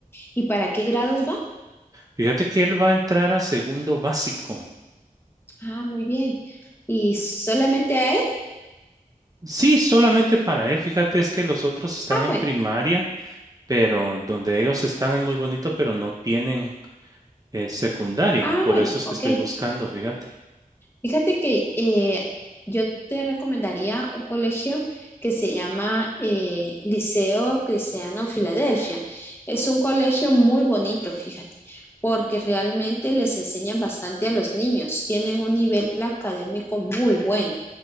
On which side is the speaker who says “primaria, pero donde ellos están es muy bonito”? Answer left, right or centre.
Right